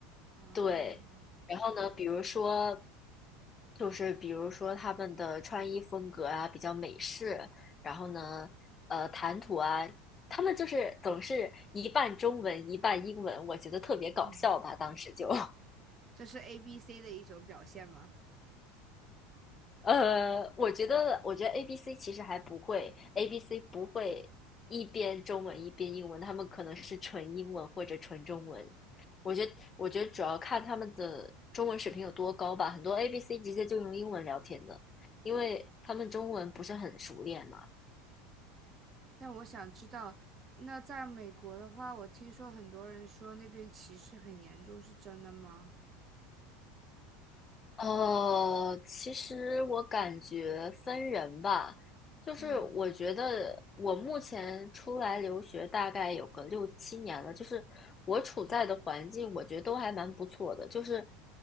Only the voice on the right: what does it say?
啊，
嗯，
这是 A B C 的一种表现吗？
但我想知道，那在美国的话，我听说很多人说那边歧视很严重，是真的吗？
嗯，